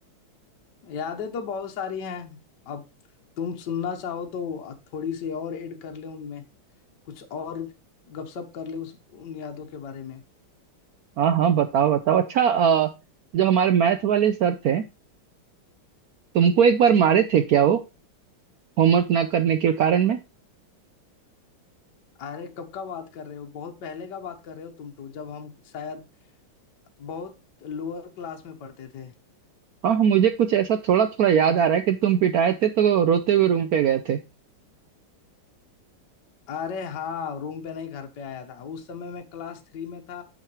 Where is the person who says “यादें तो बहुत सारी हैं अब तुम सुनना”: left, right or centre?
Left